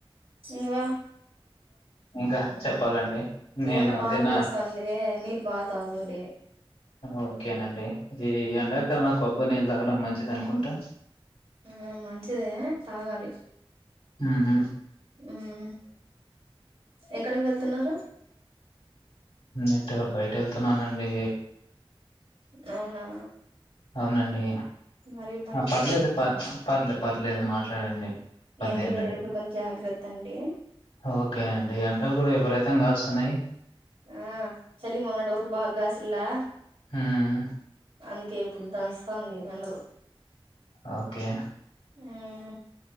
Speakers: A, on the right; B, on the left.
A: నువ్వా
B: ఇంకా చెప్పాలండి నేను
A: ఎండలు బాగాకాస్త
B: తిన్నా
A: ఉంది నీళ్లు బాగా తాగండి
B: ఓకేనండి ఈ ఎండాకాలంలో కొబ్బరి నీళ్ళు తాగడం మంచిది అనుకుంటా
A: ఆ మంచిదే తాగాలి
B: మ్
A: మ్ ఎక్కడికి వెళ్తున్నారు
B: ఉట్టిగా బయట వెళ్తున్నానండి
A: అవునా
B: అవునండి
A: మరి బయటికి
B: ఆ పర్లేదు
A: వెళ్ళొద్దండి
B: ప పర్లేదు పర్లేదు మాట్లాడండి ఇబ్బంది
A: ఎండకి
B: ఏం
A: వెళ్లేటప్పుడు
B: లేదు
A: కొంచెం జాగ్రత్త అండి
B: ఓకే అండి ఎండలు కూడా విపరీతంగాస్తున్నాయి
A: ఆ చలి మొన్నటి వరకు బాగా కాసిందా
B: ఉమ్
A: అందుకే ఇప్పుడు దంచుతాంది ఎండలు
B: ఓకే
A: ఉమ్